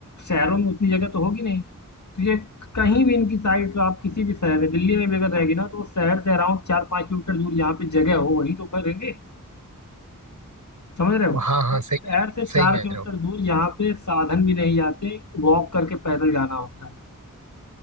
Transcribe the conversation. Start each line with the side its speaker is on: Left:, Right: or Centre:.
Left: शहरों में उतनी जगह तो होगी नहीं तो ये कहीं भी इनकी साइट तो आप किसी भी शहर में दिल्ली में भी अगर रहेगी ना तो वो शहर से अराउंड चार पाँच किलोमीटर दूर जहाँ पे जगह हो वहीं तो करेंगे समझ रहे हो
Right: वो हाँ हाँ
Left: तो शहर
Right: सही कह रहे हो
Left: से चार
Right: सही कह
Left: किलोमीटर
Right: रहे हो
Left: दूर जहाँ पे साधन भी नहीं जाते वॉक करके पैदल जाना होता है